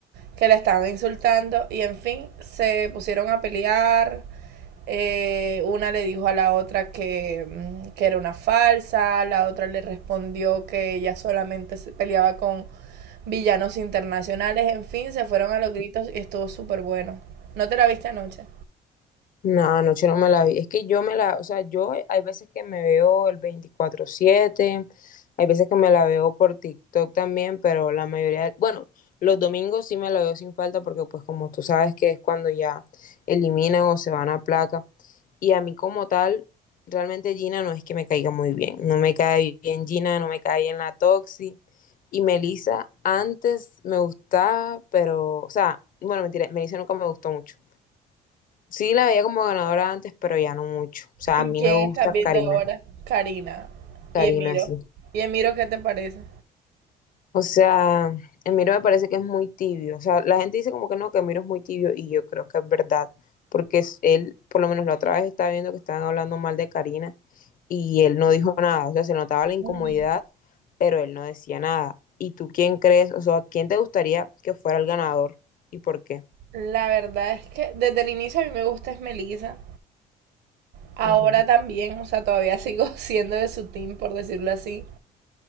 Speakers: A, on the right; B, on the left.
A: que la estaban insultando y en fin, se pusieron a pelear. Eh, una le dijo a la otra que, mm, que era una falsa, la otra le respondió que ella solamente se peleaba con villanos internacionales, en fin, se fueron a los gritos y estuvo súper bueno. ¿No te la viste anoche?
B: No, anoche no me la vi. Es que yo me la, o sea, yo eh, hay veces que me veo el veinticuatro siete, hay veces que me la veo por TikTok también, pero la mayoría, bueno, los domingos sí me la veo sin falta porque pues como tú sabes que es cuando ya eliminan o se van a placa. Y a mí como tal, realmente Gina no es que me caiga muy bien. No me cae bien Gina, no me cae bien la Toxi. Y Melissa antes me gustaba, pero, o sea, bueno, mentira, Melissa nunca me gustó mucho. Sí, la veía como ganadora antes, pero ya no mucho. O sea,
A: ¿Y
B: a mí
A: quién
B: me gusta
A: estás viendo
B: Karina.
A: ahora? Karina
B: Karina,
A: y Emiro.
B: sí.
A: ¿Y Emiro qué te parece?
B: O sea, Emiro me parece que es muy tibio. O sea, la gente dice como que no, que Emiro es muy tibio y yo creo que es verdad. Porque es- él, por lo menos la otra vez estaba viendo que estaban hablando mal de Karina y él no dijo nada. O sea, se notaba la incomodidad,
A: Ay,
B: pero él no decía nada. ¿Y tú quién crees? O sea, ¿quién te gustaría que fuera el ganador y por qué?
A: La verdad es que desde el inicio a mí me gusta es Melissa. Ahora
B: Ujú.
A: también, o sea, todavía sigo <laughs> siendo de su team, por decirlo así.